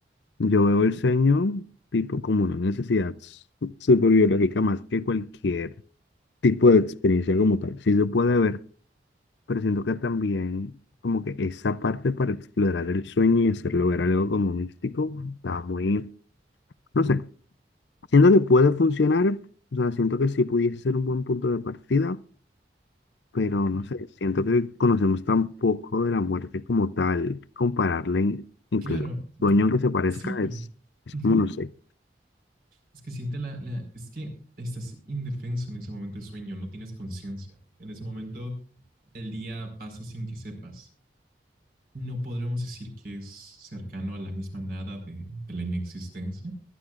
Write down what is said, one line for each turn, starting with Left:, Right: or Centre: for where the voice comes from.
Left: Yo veo el sueño tipo como una necesidad súper biológica más que cualquier tipo de experiencia como tal. Sí se puede ver, pero siento que también como que esa parte para explorar el sueño y hacerlo ver algo como místico, está muy, no sé, siento que puede funcionar, o sea, siento que sí pudiese ser un buen punto de partida, pero no
Right: Ajá.
Left: sé, siento que conocemos tan poco de la muerte como tal, compararle in- incluso
Right: Claro,
Left: sueño
Right: pero,
Left: que se parezca
Right: sí, pero...
Left: es, es
Right: ujú.
Left: como, no sé.
Right: Es que siente la, la, es que estás indefenso en ese momento de sueño, no tienes conciencia. En ese momento el día pasa sin que sepas. No podremos decir que es cercano a la misma nada de, de la inexistencia.